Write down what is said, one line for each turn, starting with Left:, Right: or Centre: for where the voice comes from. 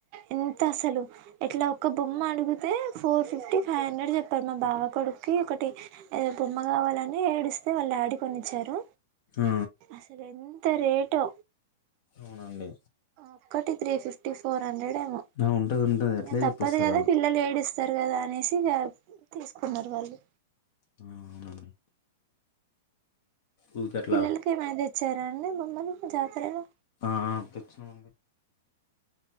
Right: ఎంత అసలు ఇట్లా ఒక్క బొమ్మ అడుగుతే ఫోర్ ఫిఫ్టీ ఫైవ్ హండ్రెడ్ చెప్పారు మా బావ కొడుక్కి ఒకటి ఏదో బొమ్మ కావాలన్ ఏడిస్తే వాళ్ళ డాడికొనిచ్చారు
Left: ఆ,
Right: అసలెంత రేటో
Left: అవునండి
Right: ఒక్కటి త్రీ ఫిఫ్టీ ఫోర్ హండ్రెడ్ ఏమో
Left: ఆ, ఉంటది ఉంటది ఎట్లే
Right: ఇగ తప్పదు
Left: చెప్పేస్తారు
Right: గదా
Left: వాళ్ళు
Right: పిల్లలు ఏడిస్తారు గదా అనేసి ఎస్ తీసుకున్నరు వాళ్ళు
Left: ఆ, అవునండి ఊరికి
Right: మీ
Left: అట్లా
Right: పిల్లలకేమైదెచ్ చారండి మొన్న జాతరలో
Left: ఆ తెచ్చినమండీ